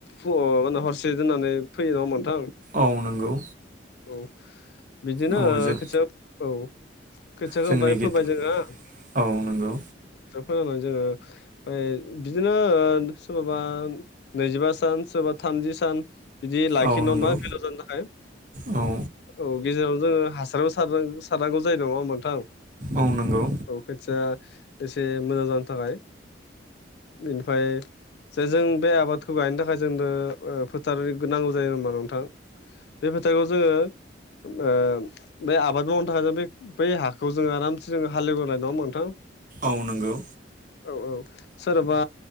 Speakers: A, on the left; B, on the right.
A: माने हरसे दोननानै फैयो नङा होमबा नोंथां
B: औ नंगौ
A: औ बिदिनो
B: औ जों
A: खोथिया औ खोथियाखौ
B: जोंनि
A: ओमफाय
B: खेथ
A: फोबाय जोंहा
B: औ नंगौ
A: दा फोनानै जोङो ओमफ्राय बिदिनो ओ सोरबाबा नैजिबा सान सोरबा थामजि सान बिदि लाखि
B: औ
A: नङा
B: नंगौ
A: होमबा बेलाव जानो थाखाय
B: औ
A: औ गेजेरावनो जोङो हासारबो सार सारनांगौ जायो नङा नोंथां
B: औ नंगौ
A: औ खोथिया एसे मोजां जानो थाखाय बेनिफाय जे जों बे आबादखौ गायनो थाखाय जोंनो फोथार नांगौ जायो होनबा नोंथां फिथाइखौ जोङो ओ बे आबाद मावनो थाखाय जों बे बै हाखौ जों आरामसे जों हालेवग्रनाय नङा होमबा नोंथां
B: औ नंगौ
A: औ औ सोरबा